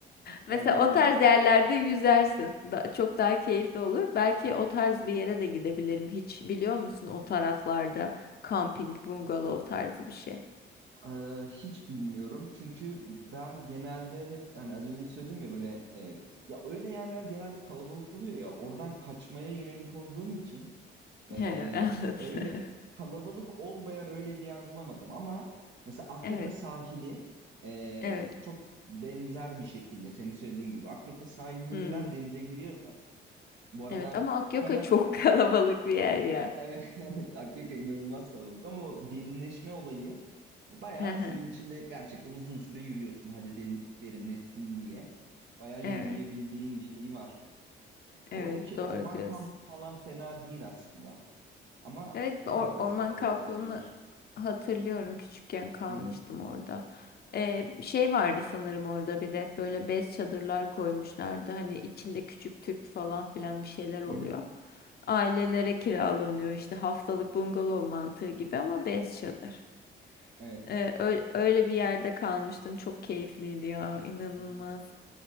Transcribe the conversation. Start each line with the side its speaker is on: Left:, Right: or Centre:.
Right: Aynen
Left: Mesela
Right: öyle.
Left: o tarz yerlerde yüzersin. Da- çok daha keyifli olur. Belki o tarz bir yere de gidebilirim. Hiç biliyor musun o taraflarda camping, bungalov tarzı bir şey.
Right: Ee, hiç bilmiyorum. Çünkü ben genelde hep hani az önce söyledim ya böyle e, ya öyle yerler genelde kalabalık oluyor ya oradan kaçmaya yönelik olduğum için Ee,
Left: He, anladım.
Right: öyle
Left: <laughs>
Right: kalabalık olmayan öyle bir yer bulamadım ama mesela Akyaka
Left: Evet,
Right: sahili e,
Left: evet.
Right: çok benzer bir şekilde senin söylediğin gibi Akyaka sahilinden
Left: Hmm.
Right: denize giriyorsan bu arada
Left: Evet ama Akyaka
Right: hemen
Left: çok <laughs> kalabalık bir yer ya.
Right: evet <laughs> evet, Akyaka inanılmaz kalabalık ama o derinleşme olayı bayağı
Left: Hı hı.
Right: suyun içinde gerçekten uzun süre yürüyorsun hadi derin- derinleşsin diye bayağı yürüyebildiğin
Left: Evet,
Right: bir şeyi var.
Left: evet
Right: Oradaki orman
Left: doğru diyorsun.
Right: kampı falan fena değil aslında ama
Left: Evet,
Right: o
Left: or-
Right: da biraz
Left: orman
Right: kalabalık
Left: kampını
Right: olabilir.
Left: hatırlıyorum. Küçükken kalmıştım
Right: Hı hı.
Left: orada. Ee, şey vardı sanırım orada bir de böyle bez çadırlar koymuşlardı. Hani içinde küçük tüp falan filan bir şeyler oluyor.
Right: Hı hı.
Left: Ailelere kiralanıyor işte haftalık bungalov mantığı gibi ama bez çadır.
Right: Evet.
Left: Ee, ö- öyle bir yerde kalmıştım. Çok keyifliydi ya, inanılmaz.
Right: Hı hı.